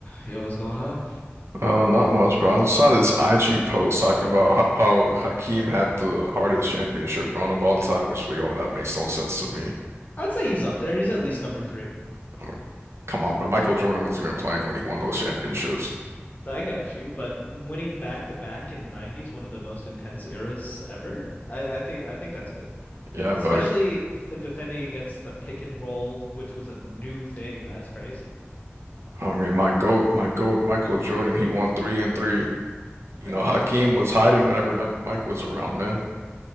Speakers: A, on the left; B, on the right.
A: Yo, what's going on?
B: Uh, not much, bro. I saw this IG post talking about ho- how Hakeem had the hardest championship run of all time, which, yo, that makes no sense to me.
A: I'd say he's up there. He's at least number three.
B: I'm like, come on, but Michael Jordan wasn't even playing when he won those championships.
A: I got you. But winning back to back in '90s, one of the most intense eras ever. I, I think I think that's good.
B: Yeah,
A: Especially
B: but
A: f- defending against the pick and roll, which was a new thing. That's crazy.
B: I mean, my GOAT, my GOAT, Michael Jordan, he won three and three. You
A: I
B: know,
A: got
B: Hakeem
A: you.
B: was hiding whenever Mike Mike was around, man.